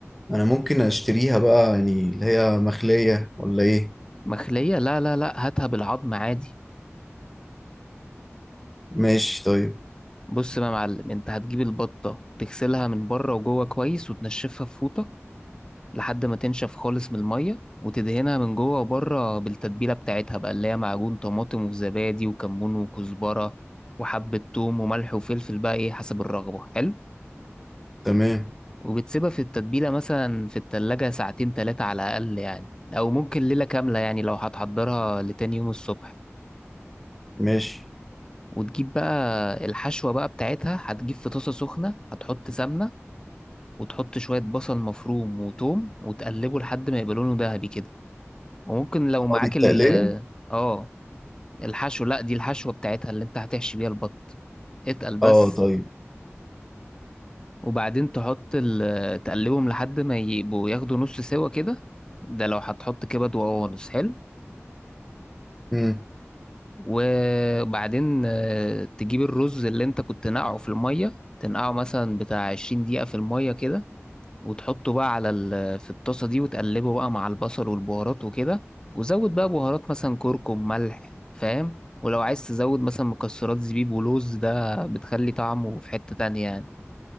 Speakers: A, in the centre; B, on the left (about 15°).
A: انا ممكن اشتريها بقى يعني اللي هي مخلية ولا ايه
B: مخلية لا لا لا هاتها بالعظم عادي
A: ماشي طيب
B: بص بقى يا معلم أنت هتجيب البطة تغسلها من بره وجوه كويس وتنشفها في فوطة لحد ما تنشف خالص من المية وتدهنها من جوه وبره بالتتبيلة بتاعتها بقى اللي هي معجون طماطم وزبادي وكمون وكزبرة وحبة توم وملح وفلفل بقى إيه حسب الرغبة حلو
A: تمام
B: وبتسيبها في التتبيلة مثلا في التلاجة ساعتين تلاتة على الأقل يعني أو ممكن ليلة كاملة يعني لو هتحضرها لتاني يوم الصبح
A: ماشي
B: وتجيب بقى الحشوة بقى بتاعتها هتجيب في طاسة سخنة هتحط سمنة وتحط شوية بصل مفروم وتوم وتقلبه لحد ما يبقى لونه ذهبي كده وممكن لو معاك
A: اه دي التقلية
B: ال اه الحشو لا دي الحشوة بتاعتها اللي انت هتحشي بيها البط اتقل بس
A: اه طيب
B: وبعدين تحط ال- تقلبهم لحد ما يبقوا ياخدوا نص سوا كده ده لو هتحط كبد وقوانص حلو
A: امم
B: وبعدين آه، تجيب الرز اللي انت كنت نقعه في المية تنقعه مثلا بتاع 20 دقيقة في المية كده وتحطه بقى على ال... في الطاسة دي وتقلبه بقى مع البصل والبهارات وكده وزود بقى بهارات مثلا كركم ملح فاهم ولو عايز تزود مثلا مكسرات زبيب ولوز ده بتخلي طعمه في حتة تانية يعني